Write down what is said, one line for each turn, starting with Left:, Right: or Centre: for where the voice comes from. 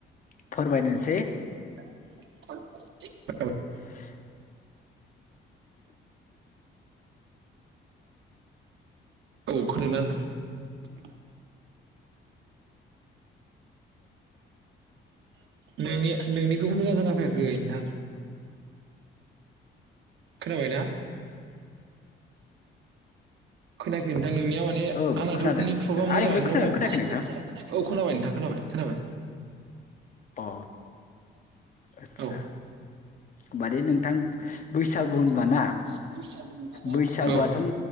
Left: फोरमायनोसै
Right: <inaudible>
Left: लांदां
Right: औ खोनादोंना नोंथां नोंनि नोंनिखौबो मोजां खोना फैयाखै नोंथां खोनाबाय ना खोनायाखै नोंथां नोंनिया माने
Left: ओं
Right: आंनाथ
Left: खोनादों
Right: नेथ्रकआ
Left: नोंथां।
Right: मोजाङानो
Left: आंनिखौलाय खोनादोंना
Right: दंङ
Left: खोनायाखै
Right: आंनिखौलाइ
Left: नोंथां
Right: खोनादोंना खोनायाखै औ खोनाबाय नोंथां खोनाबाय खोनाबाय
Left: अ आदसा
Right: औ
Left: माने नोंथां बैसागु
Right: माने
Left: होनबाना
Right: नोंथां बैसागु होनबा ना
Left: बैसागुआथन
Right: औ